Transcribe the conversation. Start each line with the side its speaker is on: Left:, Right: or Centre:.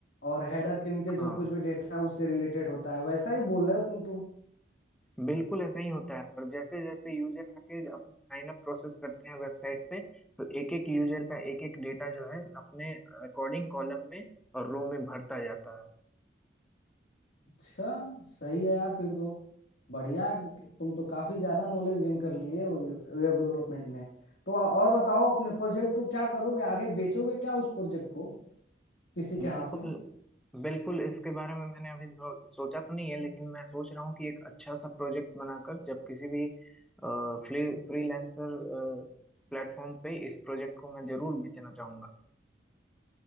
Left: और हेडर के नीचे जो
Centre: हाँ
Left: कुछ भी डेटा उसके रिलेटेड होता है वैसा ही बोल रहे हो तुम तो
Centre: बिल्कुल ऐसा ही होता है और जैसे जैसे यूजर आके अपने साइन अप प्रोसेस करते हैं वेबसाइट पे तो एक एक यूजर का एक एक डेटा जो है अपने अकॉर्डिंग कॉलम में और रो में भरता जाता है
Left: अच्छा सही है यार फिर तो बढ़िया तुम तो काफी ज्यादा नॉलेज गेन कर लिए हो वेब डेवलपमेंट में तो और बताओ अपने प्रोजेक्ट को क्या करोगे आगे बेचोगे क्या उस प्रोजेक्ट को किसी
Centre: बिल्कुल
Left: के हाथ में
Centre: बिल्कुल इसके बारे में मैंने अभी सो, सोचा तो नहीं है लेकिन मैं सोच रहा हूँ कि एक अच्छा सा प्रोजेक्ट बनाकर जब किसी भी फ्री फ्रीलांसर प्लेटफॉर्म पे इस प्रोजेक्ट को मैं जरूर बेचना चाहूंगा